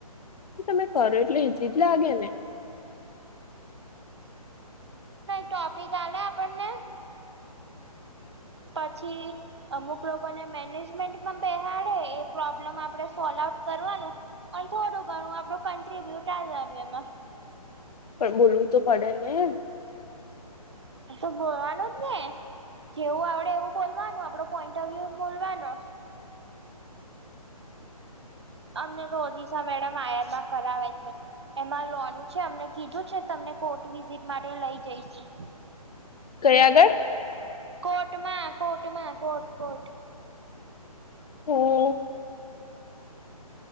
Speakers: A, on the left (about 75°); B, on the right (about 45°).
A: તમે કરો એટલે ઇઝી લાગે ને
B: ટોપિક આલે આપણને. પછી. અમુક લોકોને મેનેજમેન્ટમાં બેસાડે એ પ્રોબ્લેમ આપણે સોલ્વ આઉટ કરવાનું પણ થોડું ઘણું આપડું કન્ટ્રીબ્યુ આપવાનું એમાં.
A: પણ બોલવું તો પડે ને.
B: તો બોલવાનું જ ને જેવું આવડે એવું બોલવાનું આપડો પોઈન્ટ ઓફ વ્યુ બોલવાનો. અમને રોજિસા મેડમ આય આર બા કરાવે છે. એમાં લોનું છે અમને કીધું છે તમને કોર્ટ વિઝિટ માટે લઈ જઈશું.
A: કઈ આગળ?
B: કોર્ટમાં કોર્ટમાં કોર્ટ કોર્ટ
A: હા.